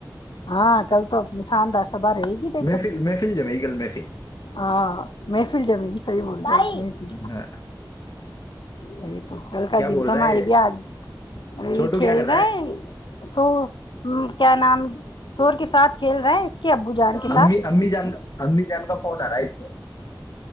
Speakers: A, on the left; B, on the left.
A: ہاں کلتا ساندر سب رہے گی دیکھو
B: محفل محفل جمے گی کل محفل
A: ہاں میں فل ج مے صیح بول گ نہیں پھر
B: ہاں
A: وہی تو کل کا
B: کیا
A: دن
B: بول
A: تو ہماراری
B: رہا ہے
A: بھی آج ابھی
B: چھوٹو
A: بھی کھیل
B: کیا کر
A: رہا ہے سو کیا نام دور کے ساتھ کھیل رہے ہیں اس کے ابو جان کے ساتھ
B: امی امی جان کا امی جان کا فون آ رہا ہے اس